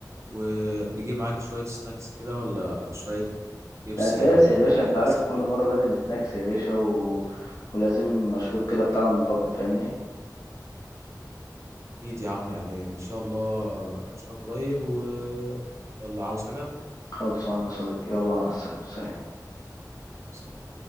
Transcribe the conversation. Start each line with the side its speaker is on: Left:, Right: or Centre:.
Right: ونجيب معاك شوية سناكس كده ولا أو شوية بيبسي
Left: ده اساس
Right: أو
Left: يا باشا
Right: يعني
Left: انت عارف
Right: مثلا
Left: كل مرة
Right: نجيب
Left: لازم سناكس يا باشا و... ولازم مشروب كده بتاعنا المفضل فاهمني
Right: أكيد يا عم يعني إن شاء الله أشوفك قريب ويلا عاوز حاجة
Left: خلصانة يا صديقي يلا مع السلامة سلام
Right: سلام.